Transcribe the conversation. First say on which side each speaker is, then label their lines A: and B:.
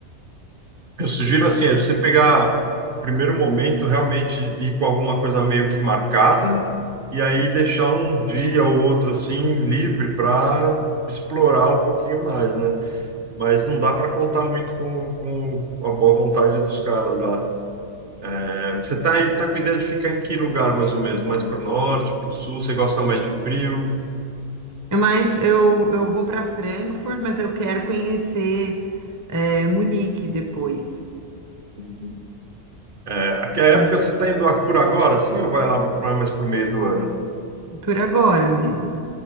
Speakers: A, on the right (about 50°); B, on the right (about 20°).
A: Eu sugiro, assim, é você pegar, primeiro momento, realmente ir com alguma coisa meio que marcada. E aí deixar um dia ou outro, assim, livre para explorar um pouquinho mais, né? Mas não dá para contar muito com, com a boa vontade dos caras lá. É, você tá aí, tá com ideia de ficar em que lugar mais ou menos? Mais para o norte, para o sul? Você gosta mais de frio?
B: É, Mas eu, eu vou para Frankfurt, mas eu quero conhecer é, Munique depois,
A: Uhum. É, aqui é a
B: Nos-
A: época você está indo lá por agora, sim, ou vai lá pra- mais para o meio do ano?
B: por agora mesmo.